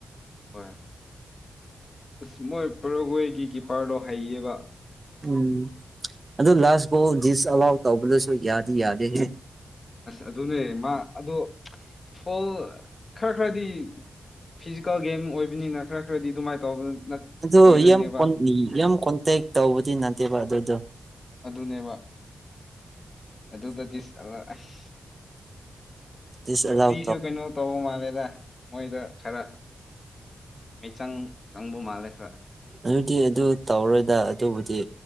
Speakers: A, on the left; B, on the right.
A: ꯍꯣꯏ ꯑꯁ ꯃꯣꯏ ꯄ꯭ꯔꯒꯣꯏꯒꯤ ꯀꯤꯄ꯭ꯔꯗꯣ ꯍꯩꯌꯦꯕ
B: ꯎꯝ ꯑꯗꯨ ꯂꯥꯁ ꯐꯥꯎ ꯗꯤꯁꯑꯂꯥꯎ ꯇꯧꯕꯗꯨꯁꯨ ꯌꯥꯗꯤ ꯌꯥꯗꯦ
A: ꯑꯁ ꯑꯗꯨꯅꯦ ꯃꯥ ꯑꯗꯣ ꯐꯣꯜ ꯈꯔ ꯈꯔꯗꯤ ꯐꯤꯖꯤꯀꯦꯜ ꯒꯦꯝ ꯑꯣꯏꯕꯅꯤꯅ ꯈꯔ ꯈꯔꯗꯤ ꯑꯗꯨꯃꯥꯏꯅ ꯇꯧꯕ ꯅꯠ
B: ꯑꯗꯨ
A: ꯑꯣꯏꯗꯣꯏꯅꯦꯕ
B: ꯌꯥꯝ ꯀꯣꯟꯂꯤ ꯌꯥꯝ ꯀꯣꯟꯇꯦꯛ ꯇꯧꯕꯗꯤ ꯅꯠꯇꯦꯕ ꯑꯗꯨꯗꯣ
A: ꯑꯗꯨꯅꯦꯕ ꯑꯗꯨ ꯗꯤꯁ ꯑꯂꯥꯎ ꯑꯁ
B: ꯗꯤꯁ
A: ꯔꯤꯐ꯭ꯔꯤꯁꯨ
B: ꯑꯂꯥꯎ
A: ꯀꯩꯅꯣ ꯇꯧꯕ ꯃꯥꯜꯂꯦꯗ ꯃꯣꯏꯗ ꯈꯔ ꯃꯤꯆꯪ ꯆꯪꯕ ꯃꯥꯜꯂꯦ ꯈꯔ
B: ꯑꯗꯨꯗꯤ ꯑꯗꯨ ꯇꯧꯔꯣꯏꯗ ꯑꯗꯨꯕꯨꯗꯤ